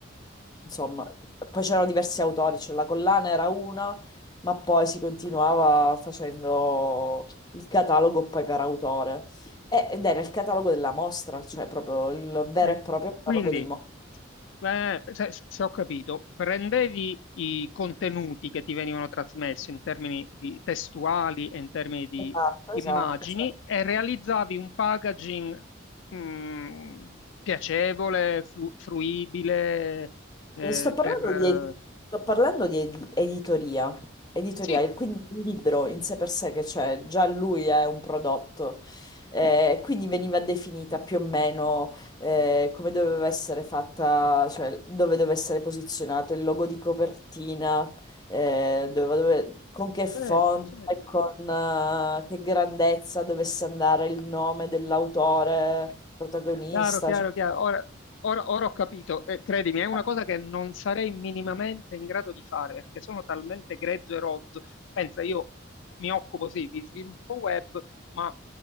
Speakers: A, on the left (about 20°); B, on the left (about 70°).
A: insomma, poi c'erano diversi autori, cioè la collana era una, ma poi si continuava facendo il catalogo poi per autore. E- Ed era il catalogo della mostra, cioè proprio il vero
B: Certo.
A: e proprio catalogo
B: Quindi,
A: di mostra.
B: eh, se, se ho capito, prendevi i contenuti che ti venivano trasmessi in termini di testuali e in termini di
A: Esatto,
B: immagini
A: esatto. esatto.
B: e realizzavi un packaging, mh, piacevole, flu- fruibile, eh,
A: Sto parlando
B: per... eh,
A: di, ed- sto parlando di edi- editoria, editoria,
B: sì,
A: il- quindi il libro in sé per sé che c'è, già lui è un prodotto, Eh, quindi veniva definita più o meno eh, come doveva essere fatta, cioè dove doveva essere posizionato il logo di copertina, eh, dove- dove- con che font,
B: certo, certo. certo.
A: e con eh, che grandezza dovesse andare il nome dell'autore protagonista.
B: Chiaro, chiaro,
A: cioè-
B: chiaro. Ora, ora- ora ho capito, Eh, credimi, è una
A: <laughs>
B: cosa che non sarei minimamente in grado di fare perché sono talmente grezzo e rozzo. Pensa, io mi occupo sì di sviluppo web, ma